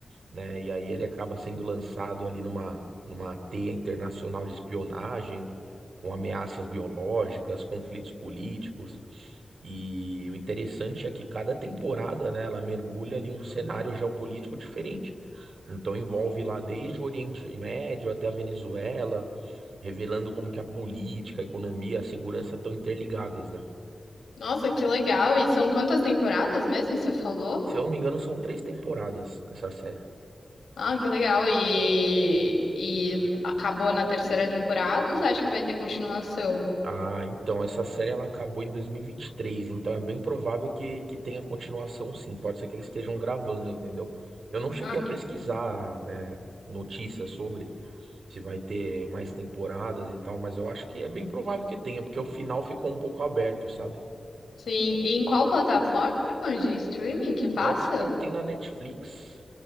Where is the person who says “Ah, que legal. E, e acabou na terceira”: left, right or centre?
Left